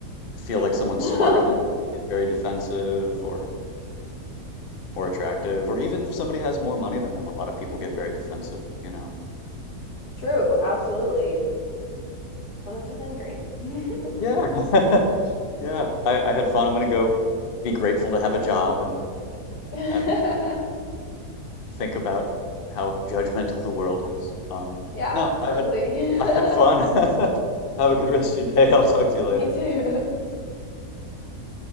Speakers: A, on the left; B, on the left.
A: feel
B: True.
A: like someone's
B: <laughs>
A: smarter than them. They get very defensive or more attractive, or even if somebody has more money than them, a lot of people get very defensive, you know.
B: True, absolutely. Well, this has been great. <laughs>
A: Yeah. <laughs> Yeah. I, I had fun. I'm gonna go be grateful to have a job and
B: <laughs>
A: and think about how judgmental the world is. Um,
B: Yeah,
A: no,
B: absolutely.
A: I had I
B: <laughs>
A: had fun. <laughs> Have a good rest of your day. I'll talk to you later.
B: You too. <laughs>